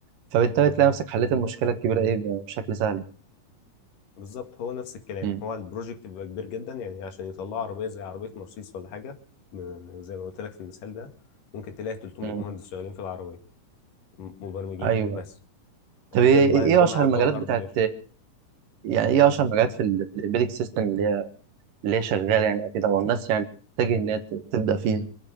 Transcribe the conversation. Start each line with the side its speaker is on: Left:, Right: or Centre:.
Right: فبالتالي تلاقي نفسك حليت المشكلة الكبيرة ايه يعني بشكل سهل
Left: بالظبط هو نفس الكلام
Right: مم.
Left: هو البروجكت بيبقى كبير جدا يعني عشان يطلع عربيه زي عربيه مرسيدس ولا حاجه م- زي ما قلت لك في المثال ده ممكن تلاقي 300
Right: مم.
Left: مهندس شغالين في العربيه م- مبرمجين
Right: ايوه
Left: بس غير
Right: طب ايه
Left: بقى
Right: إيه إيه
Left: الجماعة
Right: اشهر
Left: بتوع
Right: المجالات
Left: الهاردوير
Right: بتاعت يعني ايه اشهر المجالات في الامبيدك سيستم اللي هي اللي هي شغالة يعني كده والناس يعني بتتجه ان هي ت- تبدأ فيها